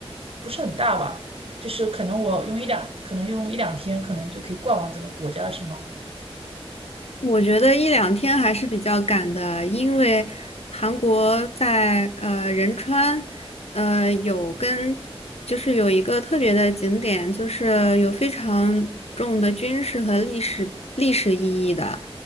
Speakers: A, on the right; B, on the left.
A: 不是很大吧，就是可能我用一两，可能用一两天，可能就可以逛完整个国家，是吗？
B: 我觉得一两天还是比较赶的，因为韩国在呃仁川，呃有跟就是有一个特别的景点，就是有非常重的军事和历史历史意义的，